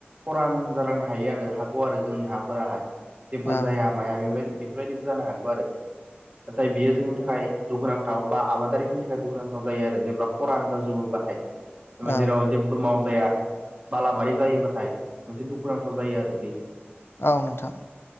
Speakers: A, on the right; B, on the left.
A: खरान जालांनो हायो आरो हागौ आरो जोंनि हाफोराहाय। जेबो
B: औ
A: जाया माया बेबाय बेफोरबायदिबो जानो हागौ आरो नाथाय बियो जोंनि थाखाय दुखुनांथाव बा आबादारिफोरनि थाखाय दुखुनांथाव जायो आरो जेब्ला खरानो जाजोबोबाथाय। जेनेबा
B: औ
A: जेराव जेबो मावजाया बालाबारि जायोबाथाय मोनसे दुखुनांथाव जायो आरो बे।
B: औ नोंथां